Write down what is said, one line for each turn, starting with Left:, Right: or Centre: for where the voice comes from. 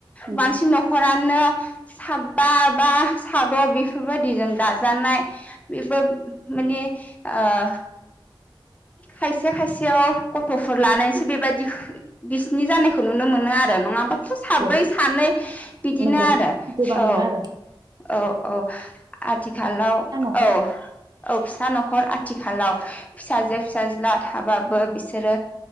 Right: नंगौ
Left: बांसिन न'खरानो साबा बा साद' बेफोरबायदिजों दाजानाय। <unintelligible> माने ओ खायसे खायसेयाव गथफोर लानायनैसो बेबायदि खोन बिसनि जानायखौ नुनो मोनो आरो नङा बा साब्रै
Right: नंगौ
Left: सानै बिदिनो
Right: नंगौ
Left: आरो औ
Right: गोबां नुवा आरो
Left: औ औ आथिखालाव
Right: हर
Left: औ औ फिसा न'खर आथिखालाव फिसाजो फिसाज्ला थाबाबो बिसोरो